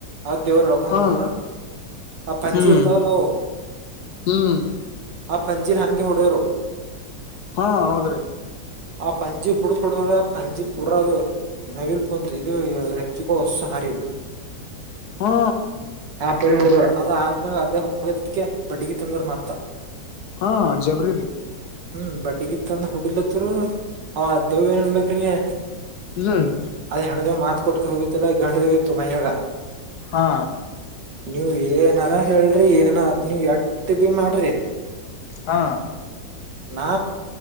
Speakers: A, on the right (about 75°); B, on the left (about 65°).
A: ಅದ್ ದೇವ್ರ ಅಪನವರ
B: ಹ್ಮ
A: ಆ ಪಂಜಿ
B: ಹ್ಮ್ ಹ್ಮ್
A: ಇರ್ತಾವಲ್ಲ ಅವು.
B: ಹ್ಮ್
A: ಆ ಫಂಜಿನಾ ಹಂಗೆ ಹೊಡ್ಯೋರು.
B: ಹಾ ಹೌದ್ರಿ.
A: ಆ ಪಂಜಿ ಹುಡ್ದ ಹುಡದ ಪಂಜಿ ಪುರ ಅದು. ನವಿಲ್ ಪೊ ಇದು ರೆಕ್ಕಗೋ ಹೊಸ ಹರಿವು.
B: ಹ್ಮ
A: ರೆಡಿ <unintelligible> ಅಲ್ಲೀಕೆ ಅದೇ ಹೋಗದಕ ಬಡ್ಗಿ ತಂದ್ರ ಮತ್ತ.
B: ಹಾ ಜಬರಿ ರಿ
A: ಹ್ಮ್ ಬಡ್ಡಿಗಿತ್ತಂದ ಹುಡಿಲತ್ತರು ಆ ಅ ದೇವು ಏನನ್ಬೇಕು. ರೇ
B: ಹ್ಮ್
A: ಅದ್ ಹೆಣ್ದೇವ ಮಾತ್ ಕೊಟ್ಕ ಹೋಗಿತ್ತಲ್ಲ ಗಂಡ್ದೇವಿತ್ತು ಮಯ್ಯಾಗ.
B: ಹಾ
A: ನೀವ ಏನಾರ ಹೇಳ್ರಿ ಏನ ನೀವ್ ಎಟ್ಟ ಬಿ ಮಾಡ್ರಿ.
B: ಹಾ
A: ನಾ